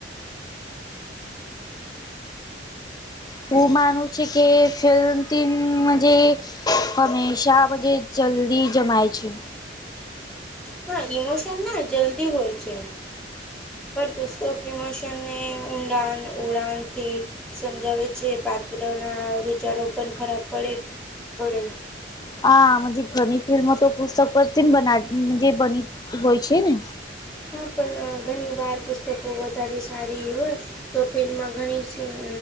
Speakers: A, on the left; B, in the centre.
A: હું માનું છે કે ફિલ્મથી નમા જે હંમેશા જે જલ્દી જમાય છે.
B: હા ઈમોશન ના હોય જલ્દી હોય છે. પણ પુસ્તક ઈમોશનને ઊંડાણ ઉડાનથી સમજાવે છે પાત્રના વિચારો પણ ખરાબ પડે પડે
A: હા મજે ઘની ફિલ્મ તો પુસ્તક પરથી બના મજે બની હોય છે ને
B: હા પણ ઘણી વાર પુસ્તકો વધારે સારી હોય તો ફિલ્મમાં ઘણી સીન